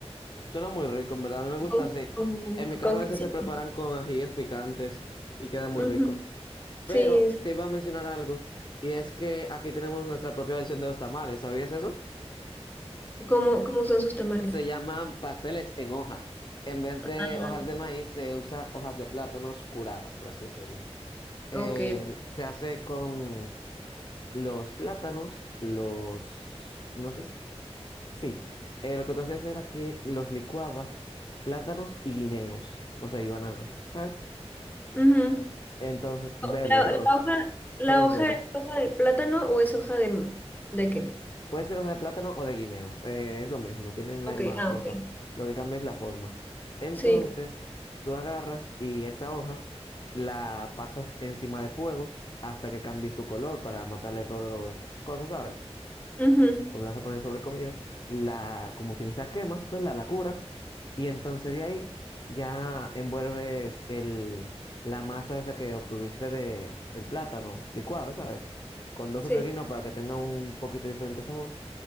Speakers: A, on the left; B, on the left.
A: Suena muy rico, en verdad. A mí me gusta
B: y con,
A: así.
B: con-
A: En mi casa
B: con
A: a
B: quesito.
A: veces se preparan con ajíes picantes y queda muy
B: Ujú.
A: rico. Pero
B: Sí, sí.
A: te iba a mencionar algo, y es que aquí tenemos nuestra propia versión de los tamales. ¿Sabías eso?
B: ¿cómo, cómo son sus tamales?
A: Se llaman pasteles en hojas. En vez de
B: Ah,
A: hojas de maíz, se usa hojas de plátanos curadas, por así decirlo. Eh,
B: ok.
A: se hace con los plátanos, los... No sé, Sí, eh, lo que tú hacías era que los licuabas plátanos y guineos, o sea, y bananas, ¿sabes?
B: Ujú.
A: Entonces, verdes,
B: La,
A: todos,
B: la hoja, la
A: todos
B: hoja
A: verdes.
B: es hoja de plátano o es hoja de, de qué?
A: Puede ser hoja de plátano o de guineo, eh, es lo mismo, tienen
B: Ok,
A: la misma
B: ah,
A: cosa.
B: ok.
A: Lo que cambia es la forma. Entonces,
B: Sí.
A: tú agarras y esa hoja la pasas encima de fuego hasta que cambie su color para matarle todas las cosas, ¿sabes?
B: Ujú.
A: o la vas a poner sobre comida, la, como quien dice, la quemas, ¿verdad? La curas, y entonces de ahí ya envuelves el, la masa esa que obtuviste de el plátano licuado, ¿sabes? Con dos
B: Sí.
A: o tres guineos para que tenga un poquito diferente sabor.